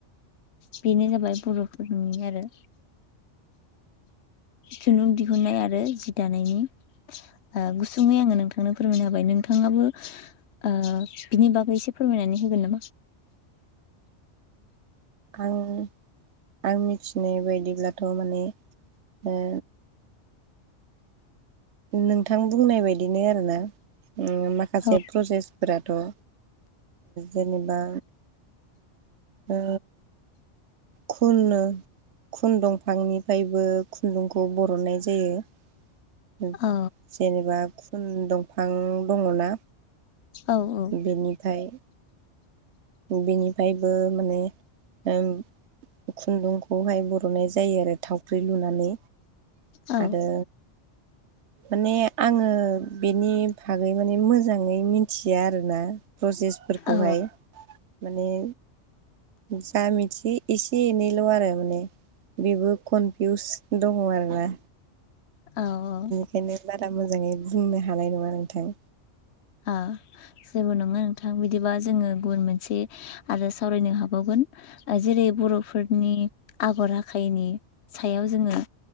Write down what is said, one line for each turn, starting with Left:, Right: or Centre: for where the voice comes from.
Left: बेनो जाबाय बर'फोरनि आरो खुन्दुं दिहुननाय आरो जि दानायनि ओ गुसुङै आङो नोंथांनो फोरमायना होबाय नोंथाङाबो ओ बिनि बागै एसे फोरमायनानै होगोन नामा?
Right: आं आं मिथिनाय बायदिब्लाथ' माने ओ नोंथां बुंनाय बायदिनो आरोना उम माखासे
Left: औ
Right: प्रसेस्ट फोराथ' ओ जेनेबा ओ खुननो खुन दंफांनिफ्रायबो खुन्दुंखौ बरननाय जायो। <unintelligible>
Left: औ
Right: जेनेबा खुन दंफां दङना?
Left: औ औ
Right: बेनिफाय बेनिफायबो माने ओ खुन्दुंखौहाय बरनाय जायो आरो थावख्रि लुनानै
Left: औ
Right: आरो माने आङो बेनि फागै माने मोजाङै मिथिया आरोना प्रसेसफोरखौहाय
Left: औ
Right: माने जा मिथियो एसे एनैल' आरो माने बेबो कनफिउस दङ आरोना
Left: औ औ
Right: बेखायनो बारा मोजाङै बुंनो हानाय नङा नोंथां।
Left: ओ जेबो नङा नोंथां बिदिबा जोङो गुबुन मोनसे आरो सावरायनो हाबावगोन। जेरै बर'फोरनि आगर आखाइनि सायाव जोङो